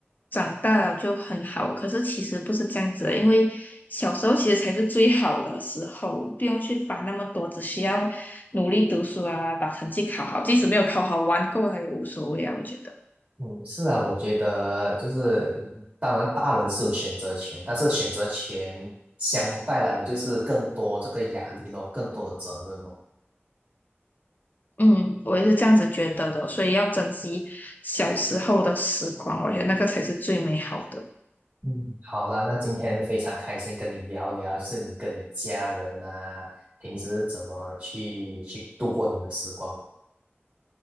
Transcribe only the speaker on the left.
长大了就很好，可是其实不是这样子的，因为小时候其实才是最好的时候，不用去烦那么多，只需要努力读书啊，把成绩考好，即使没有考好，玩够了也无所谓啊，我觉得。
嗯，我也是这样子觉得的，所以要珍惜小时候的时光，我觉得那个才是最美好的。